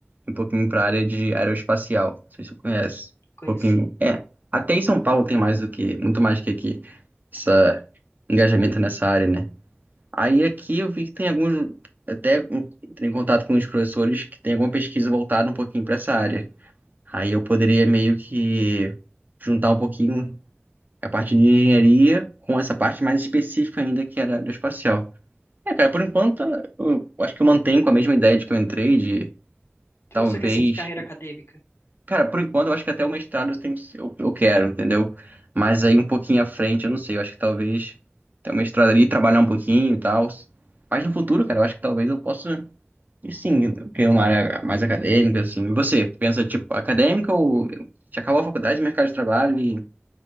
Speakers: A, on the right; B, on the left.
A: ir um pouquinho pra área de aeroespacial. Não sei se você conhece.
B: Conheci.
A: Um pouquinho. É, até em São Paulo tem mais do que, muito mais do que aqui, esse engajamento nessa área, né? Aí aqui eu vi que tem alguns, até entrei em contato com os professores que tem alguma pesquisa voltada um pouquinho para essa área. Aí eu poderia meio que juntar um pouquinho a parte de engenharia com essa parte mais específica ainda que era aeroespacial. É, cara, por enquanto eu acho que eu mantenho com a mesma ideia de que eu entrei, de
B: Então
A: talvez
B: você quer seguir carreira acadêmica?
A: Cara, por enquanto eu acho que até o mestrado eu, tenho, eu, eu quero, entendeu? Mas aí um pouquinho à frente, eu não sei, eu acho que talvez ter o mestrado ali, trabalhar um pouquinho e tal. Mas no futuro, cara, eu acho que talvez eu possa, e sim, ter uma área mais acadêmica, assim. E você, pensa, tipo, acadêmica ou já acabou a faculdade, mercado de trabalho e-